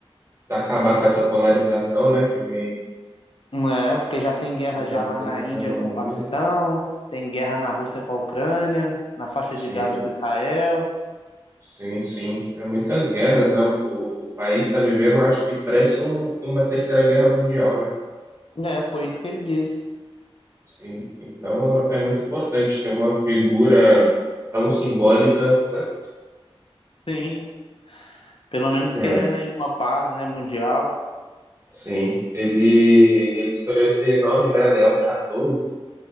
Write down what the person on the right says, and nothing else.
Acabar com essa polarização, né? Que vem
que tá
acontecendo
no
mundo.
Sim,
sim, sim. É muitas guerras, né? O, o, o país está vivendo, acho que parece um, uma terceira guerra mundial, né?
Sim, então é muito importante ter uma figura tão simbólica, né?
É.
Sim, ele, ele escolheu esse nome, né? Leão 14,